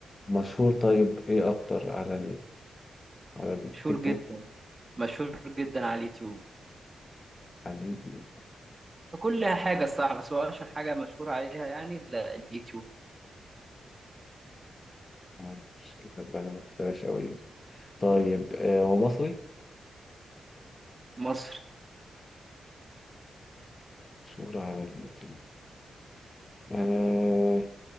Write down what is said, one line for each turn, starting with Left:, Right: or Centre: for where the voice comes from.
Left: مشهور طيب إيه أكتر على على التيك
Right: مشهور جدا
Left: توك
Right: مشهور جدا على اليوتيوب
Left: على اليوتيوب
Right: كل حاجة الصراحة بس هو اشهر حاجة مشهور عليها يعني ال- اليوتيوب
Left: آه، مش لا، أنا ما بتابعش أوي اليوتيوب طيب آه، هو مصري
Right: مصر
Left: مشهور على اليوتيوب آه